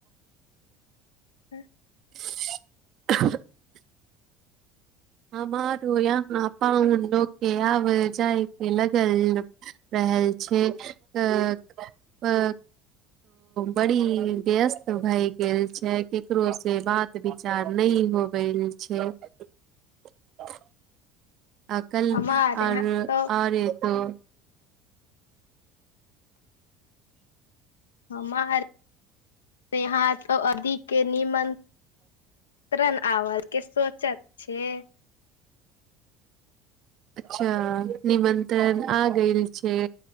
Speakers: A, on the left; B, on the right.
A: ह
B: <unintelligible> ह बर य पन लोक के आब जाय के लगल रहल छै, त बड़ी व्यस्त भए गेल छै केकरो से बात विचार नहि होवेल छै। <unintelligible> आ कल
A: हमार यहाँ
B: आर
A: तो
B: आरे तो
A: हमार यहाँ त अधिक के निमंत्रण आव के सोचत छै से
B: अच्छा निमंत्रण आ गल छै